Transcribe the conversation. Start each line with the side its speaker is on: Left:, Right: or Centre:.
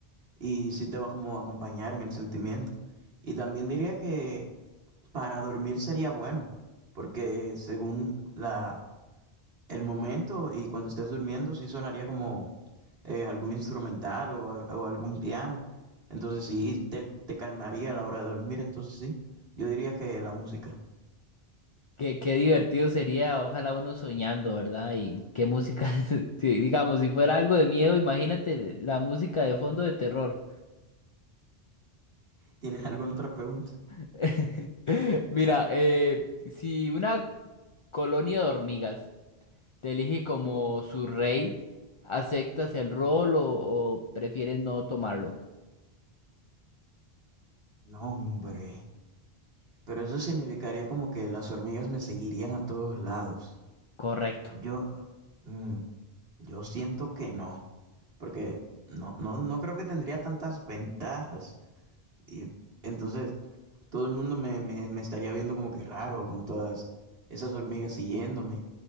Right: y sí te va como a acompañar en el sentimiento. Y también diría que para dormir sería bueno, porque según la, el momento y cuando estés durmiendo, sí sonaría como eh, algún instrumental o, a- o algún piano. Entonces sí, te, te calmaría a la hora de dormir. Entonces sí, yo diría que la música.
Left: Qué, qué divertido sería, ojalá uno soñando, ¿verdad? Y qué música, <laughs> sí, digamos, si fuera algo de miedo, imagínate la música de fondo de terror.
Right: ¿Tienes alguna otra pregunta?
Left: <laughs> Mira, eh, si una colonia de hormigas te elige como su rey, ¿aceptas el rol o, o prefieres no tomarlo?
Right: No, hombre. Pero eso significaría como que las hormigas me seguirían a todos lados.
Left: Correcto.
Right: Yo, mm, yo siento que no, porque no, no, no creo que tendría tantas ventajas. Y entonces todo el mundo me, me, me estaría viendo como que raro con todas esas hormigas siguiéndome.